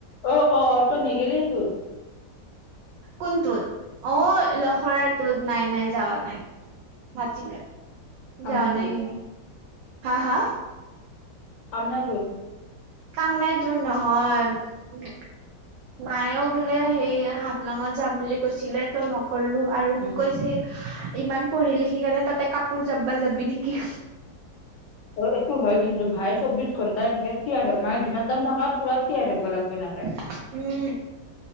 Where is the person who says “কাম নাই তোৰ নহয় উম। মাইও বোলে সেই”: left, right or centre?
Right